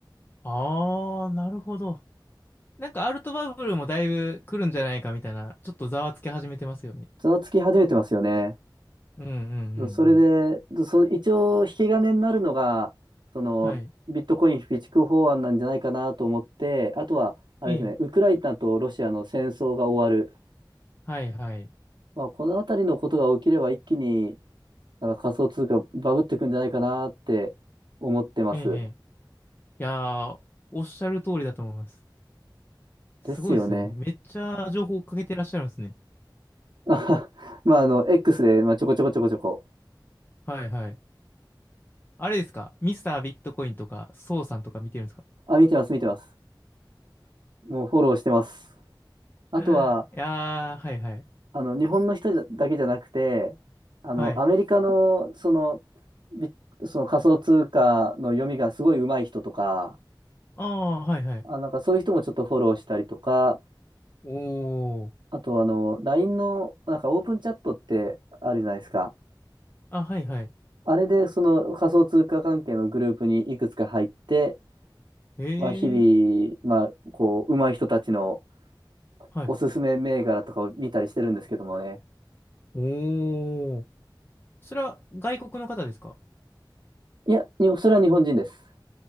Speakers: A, on the left; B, on the right.
A: あー、なるほど。なんかアルトバブルもだいぶ来るんじゃないかみたいな、ちょっとざわつき始めてますよね。
B: ざわつき始めてますよね。
A: うんうんう
B: それ
A: んうん。
B: で、その一応、引き金になるのが、その、
A: はい。
B: ビットコイン備蓄法案なんじゃないかなと思って、あとは、あれですね、
A: ええ。
B: ウクライナとロシアの戦争が終わる。
A: はいはい。
B: まあ、このあたりのことが起きれば一気に、だから仮想通貨バブってくんじゃないかなって思ってます。
A: ええ。ええいやー、おっしゃる通りだと思います。すごいですね。
B: ですよね。
A: めっちゃ情報をかけてらっしゃるんですね。
B: <laughs> あははまあ、あの、X で、まあ、ちょこちょこちょこちょこ。
A: はいはい。あれですかミスタービットコインとか、ソウさんとか見てるんですか
B: あ、見てます、見てます。もうフォローしてます。
A: <laughs>
B: あとは、
A: いやー、はいはい。
B: あの、日本の人だけじゃなくて、あの、
A: はい。
B: アメリカの、その、ビその仮想通貨の読みがすごい上手い人とか、
A: ああ、はいはい。
B: あ、なんかそういう人もちょっとフォローしたりとか、
A: おー。
B: あと、あの、LINE の、なんかオープンチャットってあるじゃないですか。
A: あ、はいはい。
B: あれで、その仮想通貨関係のグループにいくつか入って、
A: ええ。
B: まあ、日々、まあ、こう、上手い人たちの
A: はい。
B: おすすめ銘柄とかを見たりしてるんですけどもね。
A: おー。それは外国の方ですか
B: いや、にそれは日本人です。